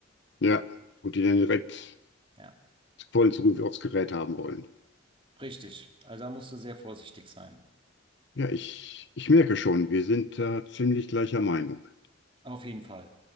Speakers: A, on the left (about 55°); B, on the right (about 25°).
A: Ja, und die dann direkt
B: Ja,
A: vollen Zugriff aufs Gerät haben wollen.
B: richtig. Also da musst du sehr vorsichtig sein.
A: Ja, ich, ich merke schon, wir sind da ziemlich gleicher Meinung.
B: Auf jeden Fall.